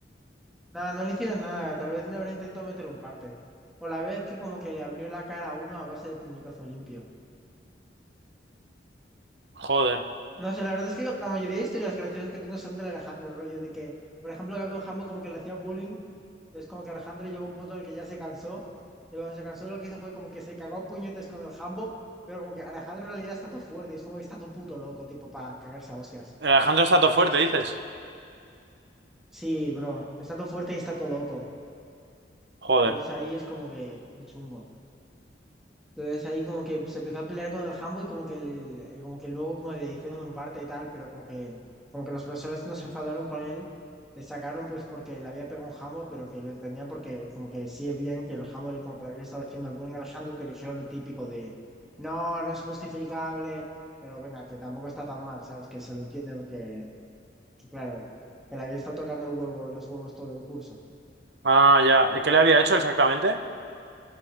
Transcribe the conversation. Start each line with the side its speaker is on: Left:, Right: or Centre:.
Centre: Nada, no le hicieron nada, tal vez le habrán intentado meter un parte. O la vez que como que le abrió la cara a uno a base de puñetazo limpio.
Right: Joder.
Centre: No sé, la verdad es que la mayoría de historias graciosas que tengo son del Alejandro, el rollo de que, por ejemplo, que había un jambo como que le hacía bullying, es como que Alejandro llegó a un punto en el que ya se cansó, y cuando se cansó lo que hizo fue como que se cagó a puñetes con el jambo, pero como que Alejandro en realidad está todo fuerte, y es como que está todo puto loco, tipo, para cagarse a hostias.
Right: El Alejandro está todo fuerte, dices.
Centre: Sí, bro, está todo fuerte y está todo loco.
Right: Joder.
Centre: Entonces ahí es como que chungo. Entonces ahí como que se empezó a pelear con el Hambo y como que, el- eh, como que luego como le hicieron un parte y tal, pero como que, como que los profesores no se enfadaron con él, le sacaron pues porque le había pegado un Hambo, pero que lo entendían porque como que sí es bien que el Hambo le- como que le había estado haciendo el bullying a Alejandro, te le dijeron lo típico de, no, no es justificable, pero venga, que tampoco está tan mal, ¿sabes? Que se lo entiende porque, que claro, que le había estado tocando el huevo, los huevos todo el curso.
Right: Ah, ya. ¿Y ¿Qué le había hecho exactamente?